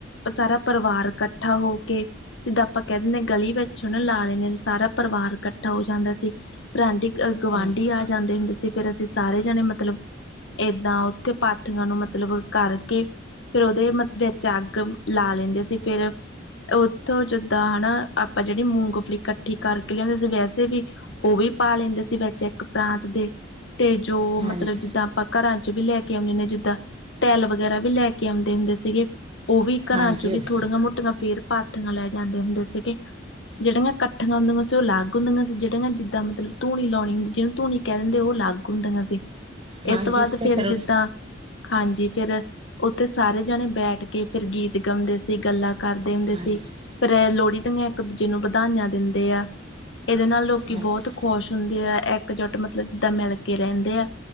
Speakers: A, on the left; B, on the right.
A: ਸਾਰਾ ਪਰਵਾਰ ਕੱਠਾ ਹੋ ਕੇ ਜਿੱਦਾਂ ਆਪਾਂ ਕੈ ਦਿੰਨੇ ਆਂ ਗਲੀ ਵਿੱਚ ਓ ਨਾ ਲਾ ਲੈਨੇ ਸਾਰਾ ਪਰਵਾਰ ਕੱਠਾ ਹੋ ਜਾਂਦਾ ਸੀ। ਫੇਰ ਆਂਢੀ-ਗਵਾਂਢੀ
B: ਹਾਂਜੀ
A: ਆ ਜਾਂਦੇ ਹੁੰਦੇ ਸੀ ਫੇਰ ਅਸੀਂ ਸਾਰੇ ਜਣੇ ਮਤਲਬ ਏਦਾਂ ਉੱਥੇ ਪਾਥੀਆਂ ਨੂੰ ਮਤਲਬ ਕਰਕੇ ਫੇਰ ਓਦੇ ਵਿੱਚ ਅੱਗ ਲਾ ਲੈਂਦੇ ਸੀ ਫੇਰ ਉੱਥੋਂ ਜਦ ਤਾਂ ਹਣਾ ਆਪਾਂ ਜੇੜੀ ਮੂੰਗਫਲੀ ਕੱਠੀ ਕਰਕੇ ਲਿਆਂਦੇ ਸੀ ਵੈਸੇ ਵੀ ਓ ਵੀ ਪਾ ਲੈਂਦੇ ਸੀ ਵਿੱਚ ਇੱਕ ਪਰਾਤ ਦੇ ਤੇ ਜੋ
B: ਹਾਂਜੀ
A: ਮਤਲਬ ਜਿੱਦਾਂ ਪਾਂ ਘਰਾਂ 'ਚ ਵੀ ਲੈ ਕੇ ਔਨੇ ਹੁਨੇ ਜਿੱਦਾਂ ਤੈਲ ਵਗੈਰਾ ਵੀ ਲੈ ਕੇ ਔਂਦੇ ਹੁੰਦੇ ਸੀਗੇ ਓ ਵੀ ਘਰਾਂ
B: ਹਾਂਜੀ
A: 'ਚ ਵੀ ਥੋੜੀਆਂ-ਮੋਟੀਆਂ ਫੇਰ ਪਾਥੀਆਂ ਲੈ ਜਾਂਦੇ ਹੁੰਦੇ ਸੀਗੇ ਜਿਹੜੀਆਂ ਕੱਠੀਆਂ ਹੁੰਦੀਆਂ ਸੀ ਉਹ ਲੱਗ ਹੁੰਦੀਆਂ ਸੀ, ਜਿਹੜੀਆਂ ਜਿੱਦਾਂ ਮਤਲਬ ਧੂਣੀ ਲੌਣੀ ਹੁੰਦੀ ਜਿਨੂੰ ਧੂਣੀ ਕਹਿ ਦਿੰਦੇ ਓ ਲੱਗ ਗ ਹੁੰਦੀਆਂ ਸੀ। ਏ
B: ਹਾਂਜੀ
A: ਤੋਂ ਬਾਅਦ
B: ਉੱਤੇ
A: ਫੇਰ
B: ਫਿਰ
A: ਜਿੱਦਾਂ ਹਾਂਜੀ ਫੇਰ ਉੱਥੇ ਸਾਰੇ ਜਾਣੇ ਬੈਠ ਕੇ ਫੇਰ ਗੀਤ ਗਾਉਂਦੇ ਸੀ ਗੱਲਾਂ ਕਰਦੇ ਹੁੰਦੇ
B: ਹਾਂਜੀ
A: ਸੀ। ਫੇਰ ਐ ਲੌੜੀ ਦੀਆਂ ਇੱਕ ਦੂਜੇ ਨੂੰ ਬਧਾਈਆਂ ਦਿੰਦੇ ਆ ਏਦੇ ਨਾਲ ਲੋਕੀਂ
B: ਹਾਂਜੀ
A: ਬਹੁਤ ਖੁਸ਼ ਹੁੰਦੇ ਆ ਇੱਕ-ਜੁੱਟ ਮਤਲਬ ਜਿੱਦਾਂ ਮਿਲ ਕੇ ਰਹਿੰਦੇ ਆ।